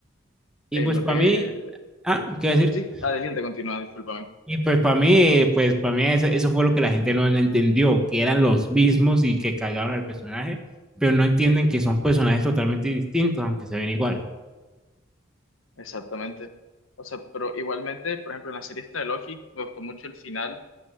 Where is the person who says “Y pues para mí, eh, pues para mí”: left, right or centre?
Centre